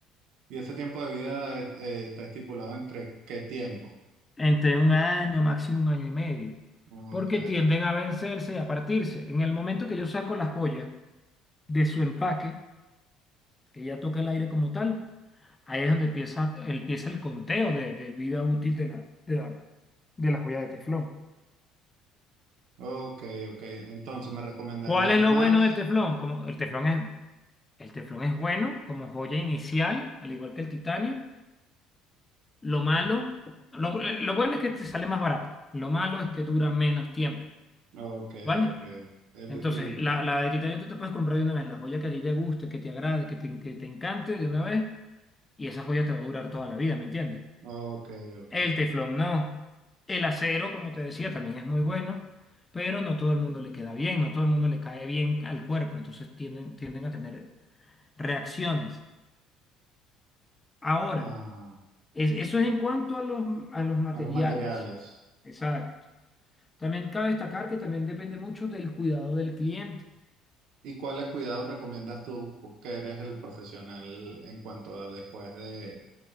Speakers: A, on the right; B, on the left.
A: ¿Y ese tiempo de vida es- eh, está estipulado entre qué tiempo?
B: entre un año, máximo un año y medio,
A: Ok,
B: porque tienden a vencerse y a partirse. En el momento que yo saco la joya de su empaque, que ella toca el aire como tal, ahí es donde empieza, empieza el conteo de, de vida útil de la, de la, de la joya de teflón.
A: ok, ok. Entonces, ¿me recomendarías
B: ¿Cuál es lo
A: más?
B: bueno del teflón? Como el teflón es, el teflón es bueno como joya inicial, al igual que el titanio, Lo malo, lo, lo bueno es que te sale más barato. Lo malo es que dura menos tiempo,
A: Ok,
B: ¿vale?
A: ok. El-
B: Entonces,
A: y,
B: la, la de titanio tú te puedes comprar de una vez la joya que a ti te guste, que te agrade, que te, que te encante de una vez, y esa joya te va a durar toda la vida, ¿me entiendes?
A: ok, ok.
B: El teflón no. El acero, como te decía, también es muy bueno, pero no todo el mundo le queda bien, no todo el mundo le cae bien al cuerpo, entonces tienden, tienden a tener reacciones. Ahora,
A: Ah.
B: es- eso es en cuanto a los, a los materiales.
A: a los materiales.
B: Esa- También cabe destacar que también depende mucho del cuidado del cliente.
A: ¿Y cuáles cuidados recomiendas tú, que eres el profesional en cuanto a después de,